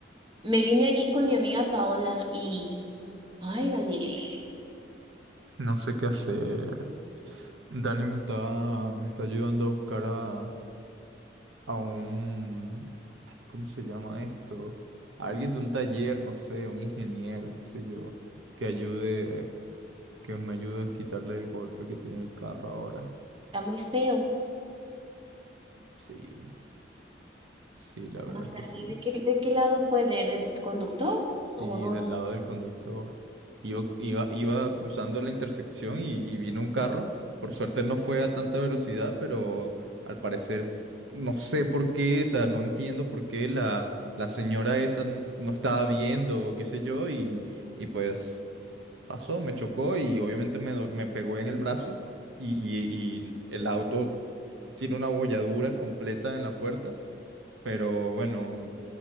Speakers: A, on the right; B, on the right.
A: me vine aquí con mi amiga Paola y, ay, Dani,
B: no sé qué hacer. Dani me está, me está ayudando a buscar a, a un, ay, ¿cómo se llama esto? A alguien de un taller, no sé, un ingeniero, qué sé yo, que ayude, que me ayude a quitarle el golpe que tiene el carro ahora.
A: está muy feo.
B: Sí, sí, la verdad
A: Ay,
B: es
A: Dani,
B: que sí.
A: ¿de qué, de qué lado fue? ¿De, del conductor?
B: Sí,
A: ¿O dónde?
B: del lado del conductor. Iba, iba, iba cruzando la intersección y, y vino un carro. Por suerte no fue a tanta velocidad, pero al parecer no sé por qué, o sea, no entiendo por qué la, la señora esa no, no estaba viendo o qué sé yo y, y pues pasó, me chocó y obviamente me, do- me pegó en el brazo y, y y el auto tiene una bolladura completa en la puerta, pero bueno